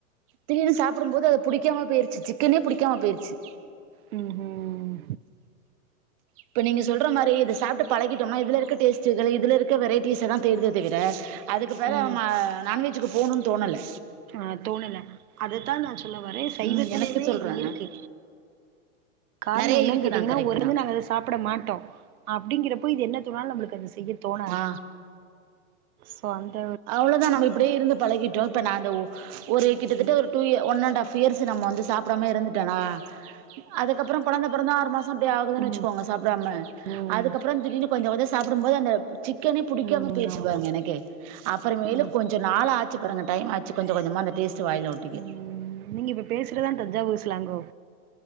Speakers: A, on the right (about 25°); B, on the right (about 75°).
A: திடீர்னு சாப்புடும் போது அது புடிக்காம போய்ருச்சு சிக்கனே புடிக்காம போய்ருச்சு
B: ம் ம்
A: இப்ப நீங்க சொல்ற மாதிரி இத சாப்பிட்டு பழகிட்டோம்னா இதுல இருக்க டேஸ்டு இதுல இருக்க வெரைட்டீஸ் எல்லாம் தேடுதே தவிர அதுக்கு பதிலா
B: ம்
A: நான் நான்வெஜ்ஜுக்கு போகணும்னு தோணல
B: ஆ தோணல அதத்தான் நான் சொல்ல வரேன் சைவத்திலயுமே
A: ம் எனக்கு சொல்றே
B: இது இருக்கு காரணம்
A: நெறைய
B: என்னனு
A: இருக்குதா
B: கேட்டீங்கன்னா
A: கரெக்ட்டு
B: ஒருது
A: தா
B: நாங்க அதை சாப்பிட மாட்டோம் அப்படிங்கறப்போ இது என்ன தோணாலும் நம்மளுக்கு அது செய்ய தோணாது
A: ஆ
B: சொந்த
A: அவ்வளவுதான் நம்ம இப்படியே இருந்து பழகிட்டோம் இப்ப நான் அ ஒரு கிட்டத்தட்ட
B: ம்
A: ஒரு டூ இ ஒன் அண்ட்ப் இயர்ஸ் நம்ம வந்து சாப்பிடாம இருந்துட்டேனா அதுக்கப்புறம் கொழந்தை பிறந்த ஆறு மாசம் அப்படி ஆகுதுன்னு
B: ம்
A: வச்சுக்கோங்க சாப்பிடாம
B: ம்
A: அதுக்கப்புறம் திடீர்னு கொஞ்சம் கொஞ்சம் சாப்பிடும்போது அந்த சிக்கனே பிடிக்காம
B: ம்
A: போயிருச்சு
B: ஆமா
A: பாருங்க எனக்கே அப்புறமேலு
B: ம்
A: கொஞ்ச நாள் ஆச்சு பாருங்க டைம் ஆச்சு கொஞ்ச கொஞ்சமா அந்த டேஸ்ட் வாயில்ல ஒட்டிக்க
B: ம் நீங்க இப்ப பேசுறது தான் தஞ்சாவூர் சலாங்கோ